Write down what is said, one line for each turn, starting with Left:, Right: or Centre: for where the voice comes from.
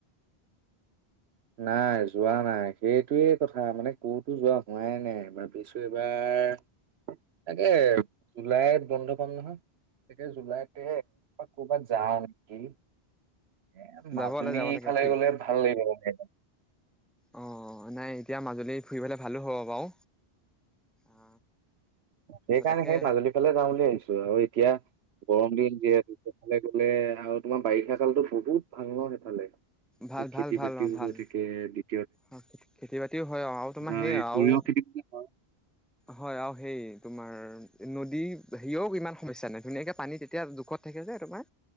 Right: নাই যোৱা নাই সেইটোৱে কথা মানে ক'তো যোৱা হোৱাই নাই, ভাবিছো এইবাৰ তাকে জুলাইত বন্ধ কাম নহয় তাকে জুলাইতে কৰ'বাত যাওঁ নেকি এ
Centre: যাবলে
Right: মাজুলী
Centre: যাব লাগে
Right: ফালে
Centre: ফুৰি
Right: গলে ভাল লাগিব মানে
Centre: অ নাই এতিয়া মাজুলী ফুৰিবলে ভালো হ'ব বাও অ
Right: সেইকাৰণে
Centre: তাকে
Right: সেই মাজুলী ফালে যাওঁ বুলি ভাবিছোঁ আৰু এতিয়া গৰম দিন যিহেতু হেফালে গলে আৰু তোমাৰ বাৰিষা কালতো বহুত ভাল ন সেইফালে
Centre: ভাল ভাল
Right: খেতি
Centre: ভাল
Right: বাতি
Centre: ভাল
Right: ও ঠিকে
Centre: অ', খেতি- বাতিও হয় অ ', আৰু তোমাৰ
Right: ধৰা
Centre: সেই
Right: এই সৰিয়হ
Centre: আৰু
Right: খেতি হয়
Centre: হয় আৰু, সেই তোমাৰ নদী হেৰিও ইমান সমস্যা নাই, ধুনীয়াকৈ পানী তেতিয়া জোখত থাকে যে তোমাৰ